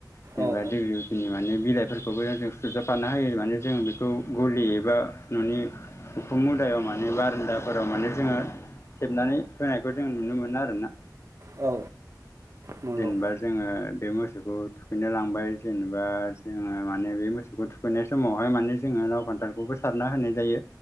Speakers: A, on the left; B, on the right.
A: जेनेबा
B: औ
A: <unintelligible> बिलाइफोरखौबो सुजाफानो होयो माने जों बेखौ गलि एबा न'नि हुखुम मुदायाव मान माने बारान्दाफोराव माने जोङो थेबनानै होनायखौ जों नुनो मोनो आरोना
B: औ नंगौ
A: जेनेबा जोङो बे मोसौखौ थुखैनो लांबाय जेनेबा बा जोङो माने बे मोसौखौ थुखैनाय समावहाय माने जोङो लाव फान्थालखौबो सारना होनाय जायो।